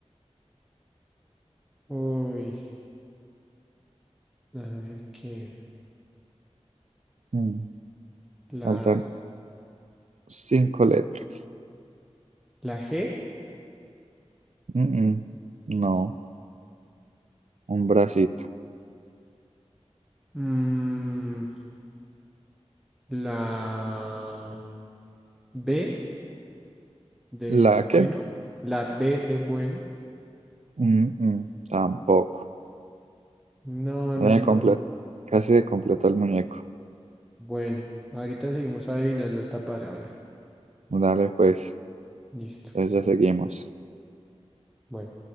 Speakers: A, in the centre; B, on the right.
A: uy, a ver qué,
B: Mm,
A: la,
B: Faltan cinco letras.
A: la G,
B: Mm, mm. No, un bracito.
A: mm, la B, de
B: ¿La
A: bueno,
B: qué?
A: la B de bueno.
B: Mm, mm, Tampoco.
A: No,
B: Eh,
A: no, no,
B: comple-
A: no. no.
B: Casi completó el muñeco.
A: Bueno, ahorita seguimos adivinando esta palabra.
B: Dale, pues,
A: Listo.
B: entonces ya seguimos.
A: Bueno.